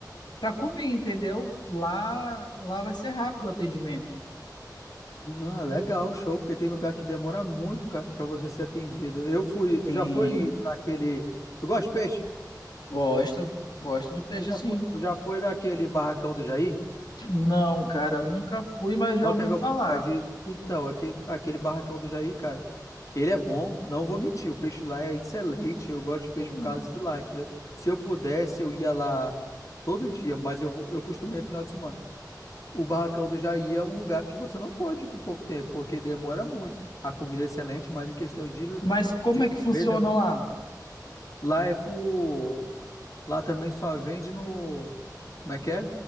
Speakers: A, on the left; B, on the left.
A: para comer, entendeu? Lá, lá vai ser rápido o atendimento.
B: Ah, legal, show, porque tem lugar que demora muito, cara, pra você ser atendido. Eu fui, tu
A: Sim,
B: já foi naquele... Tu gosta de peixe?
A: gosto. Gosto de peixe,
B: Tu já
A: sim.
B: foi, tu já foi naquele barracão do Jair?
A: Não, cara, nunca fui, mas já
B: Não
A: ouvi
B: teve
A: falar.
B: a oportunidade de... Então, aquele, aquele barracão do Jair, cara, Ele é bom, não vou mentir. O peixe lá é excelente. Eu gosto de peixe
A: Sim.
B: por causa de lá, entendeu? Se eu pudesse, eu ia lá todo dia, mas eu vou, eu costumei final de semana. O Barracão do Jair é um lugar que você não pode ir com pouco tempo, porque demora muito. A comida é excelente, mas em questão de,
A: Mas como
B: de
A: é que funciona
B: comida,
A: lá?
B: lá é por. Lá também só vende no. Como é que é?